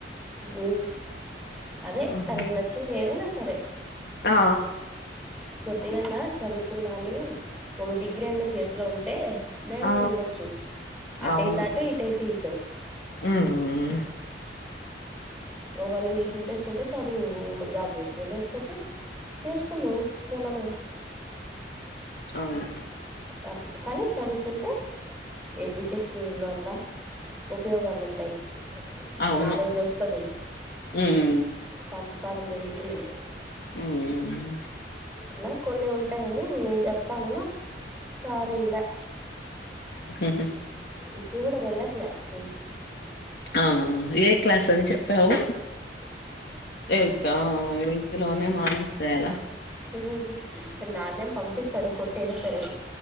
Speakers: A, in the centre; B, on the left.
A: ఉ అదే
B: ఉమ్,
A: తనకి నచ్చింది ఏదైనా సరే
B: ఆ
A: కొద్దిగాన్న చదువుకున్నాని ఒక డిగ్రీ అయిన్న చేతిలో ఉంటే దేరండొచ్చు
B: ఆ
A: ఆటైతేాట
B: అవును
A: ఇటైతే ఇట
B: ఉమ్
A: ఒకవాళ్ళ నీకు ఇంట్రెస్ట్ ఉంటే చ చదువు జాబ్ చెతు లేకపోతే చేసుకున్నావు మూలమే
B: అవును
A: అ కానీ చదువు కుంటే ఎడ్యుకేషన్ వల్ల ఉపయోగాలు ఉంటాయి
B: అవును
A: నాలెడ్జ్ వస్తుంది
B: ఉమ్
A: సంస్కారం పెరుగుతుంది
B: ఉమ్ ఉమ్
A: అట్లా కొన్ని ఉంటాయని నేను చెప్తానన్నా సార్ ఇన్లే
B: ఉహూ హు
A: ఇప్పు కూడా వెళ్ళట్లే స్కూల్కి
B: ఆ ఏ క్లాస్ అని చెప్పావు టెన్త్ ఆ ఎయిత్ లోనే మానేస్తే ఎలా
A: ఉహూ హు నన్నేం పంపిస్తస్తాడు కొట్టయిన సరే